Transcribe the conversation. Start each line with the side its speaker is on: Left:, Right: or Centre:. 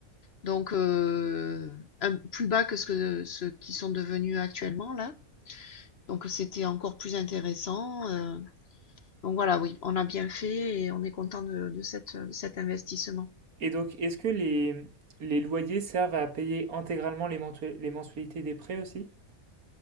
Left: donc euh, un- plus bas que ce que ceux qui sont devenus actuellement là. Donc c'était encore plus intéressant. euh. donc voilà, oui, on a bien fait et on est content de, de cette, de cet investissement.
Right: Et donc, est-ce que les, les loyers servent à payer intégralement les mentua- les mensualités des prêts aussi?